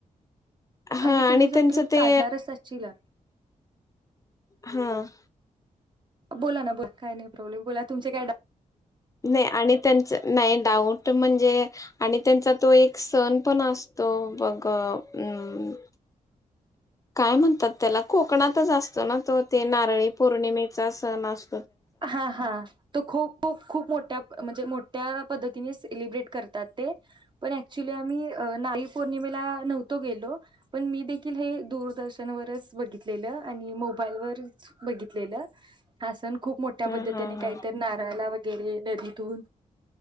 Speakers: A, on the left; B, on the right.
A: हा
B: आणि तुम्ही जर
A: त्यांचं
B: ट्रिप
A: ते
B: काढणारच असचीला
A: हम्म
B: बोला ना बोल काही नाही प्रॉब्लेम बोला तुमचे काय डा-
A: नाही आणि त्यांच नाही डाऊट म्हणजे आणि त्यांचा तो एक सण पण असतो बघ अम्म् काय म्हणतात त्याला कोकणातच असतो ना तो ते नारळी पौर्णिमेचा सण अस
B: हां हां तो खूप खूप मो त्या म्हणजे मोठ्या पद्धतीने सेलिब्रेट करातत ते पण एक्चुली आम्ही अ नारळी पौर्णमेला नव्हतो गेलो पण मी देखील हे दूरदर्शनवरच बघितलेलं आणि मोब बाईल वरच बघितलेलं. हा सण खूप मोठ्या
A: हा
B: पद्धतीने
A: हा हा
B: काही तर नाराळाला वै गेरे नदीतून